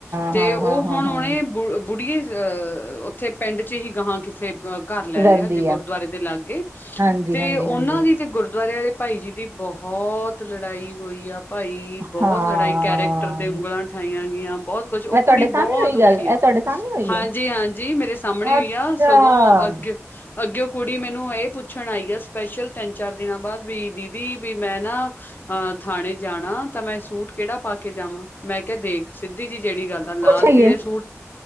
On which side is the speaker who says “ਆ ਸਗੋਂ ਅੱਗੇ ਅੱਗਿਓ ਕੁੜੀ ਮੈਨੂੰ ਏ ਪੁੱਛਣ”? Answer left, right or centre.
Left